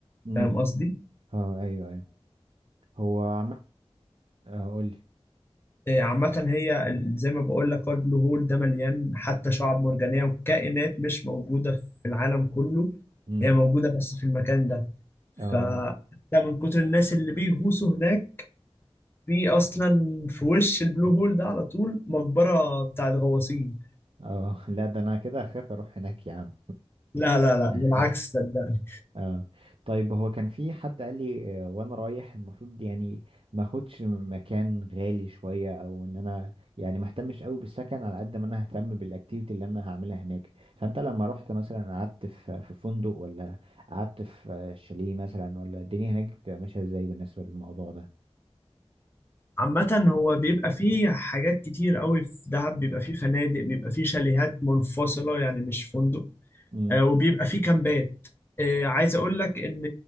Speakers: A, on the right; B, on the left.
A: امم
B: فاهم قصدي
A: اه ايوه ايوه هو عم اه قول لي
B: فعامة هي ال- زي ما بقول لك هو البلو هول ده مليان حتى شعاب مرجانية وكائنات مش موجودة في العالم كله
A: امم
B: هي موجودة بس في المكان ده
A: اه
B: فده من كتر الناس اللي بيغوصوا هناك في أصلا في وش البلو هول ده على طول مقبرة بتاعت غواصين
A: اه <laughs> لا ده انا كده اخاف اروح هناك يا عم
B: لا لا لا
A: <laughs>
B: بالعكس صدقني
A: اه طيب هو كان في حد قال لي آه، وانا رايح المفروض يعني ما اخدش مكان غالي شويه او ان انا يعني ما اهتمش قوي بالسكن على قد ما انا اهتم بالاكتيفيتي اللي انا هعملها هناك فانت لما رحت مثلا قعدت في في فندق ولا قعدت في آه، شاليه مثلا ولا الدنيا هناك بتبقى ماشيه ازاي بالنسبه للموضوع ده
B: عامة هو بيبقى فيه حاجات كتير قوي في دهب بيبقى فيه فنادق بيبقى فيه شاليهات منفصلة يعني مش فندق
A: امم
B: آه، وبيبقى فيه كامبات آه، عايز أقول لك إن